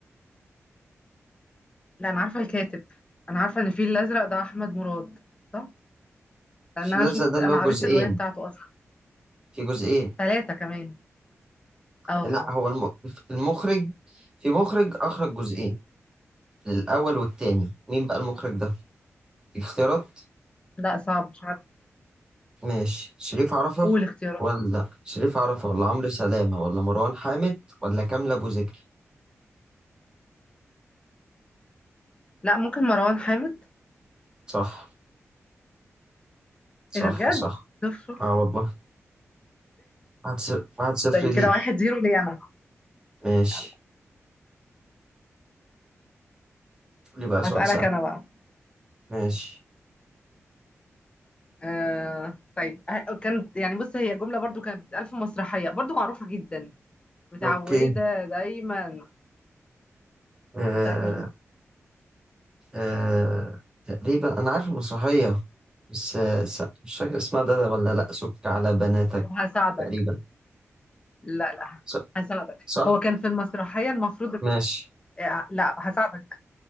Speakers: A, on the left; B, on the right.
A: لا انا عارفه الكاتب انا عارفه ان الفيل الازرق ده احمد مراد صح لان
B: الفيل
A: انا
B: الأزرق
A: شفت
B: ده اللي
A: انا
B: هو جزئين
A: قريت الروايه بتاعته اصلا
B: في جزئين
A: ثلاثه كمان اه
B: لا
A: اه
B: هو الم... المخرج في مخرج أخرج جزئين الأول والتاني مين بقى المخرج ده؟ اختيارات
A: لا صعب مش عارفه
B: ماشي شريف عرفة
A: قول اختيارات
B: ولا شريف عرفة ولا عمرو سلامة ولا مروان حامد ولا كامل أبو زكي
A: لا ممكن مروان حامد
B: صح صح
A: ايه ده بجد
B: صح
A: شوف شوف
B: اه والله واحد صفر واحد صفر
A: طيب كده
B: ليك
A: واحد زيرو ليا انا
B: ماشي
A: يلا
B: قول لي بقى سؤال
A: هسألك
B: سهل
A: انا بقى
B: ماشي
A: آه طيب ه- كانت يعني بص هي جملة برضو كانت بتتقال في مسرحية برضو معروفة جدا متعودة
B: اوكي
A: دايما
B: آه
A: دي بتاعت مين
B: آه تقريبا انا عارف المسرحية بس آه س- مش فاكر اسمها ده ولا لا سك على بناتك
A: طب هساعدك
B: تقريبا
A: لا لا
B: ص-
A: هساعدك
B: صح
A: هو كان في المسرحية المفروض
B: ماشي
A: آه، لا هساعدك